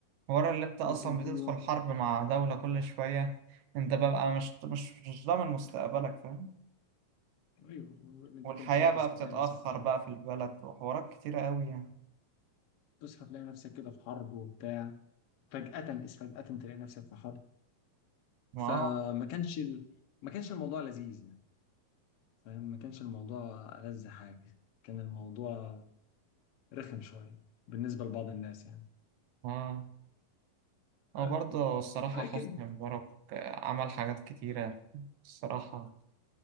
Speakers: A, on the right; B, on the left.
A: ورا اللي انت اصلا
B: وكان كل
A: بتدخل
B: يوم
A: حرب مع دولة كل شوية انت بقى مش مش مش ضامن مستقبلك فاهم
B: ايوه انت
A: والحياة
B: كل شويه تصحى
A: بقى بتتأخر
B: تلاقي نفسك في حرب
A: بقى في البلد وحوارات كتيرة قوي يعني
B: تصحى تلاقي نفسك كده في حرب وبتاع فجأة إذ فجأة تلاقي نفسك في حرب
A: ما
B: فما
A: آه
B: كانش ال... ما كانش الموضوع لذيذ يعني فاهم ما كانش الموضوع ألذ حاجة كان الموضوع رخم شوية بالنسبة لبعض الناس يعني
A: اه
B: آه،
A: هو برضه الصراحة
B: ولكن
A: حسني مبارك آه، عمل حاجات كتيرة الصراحة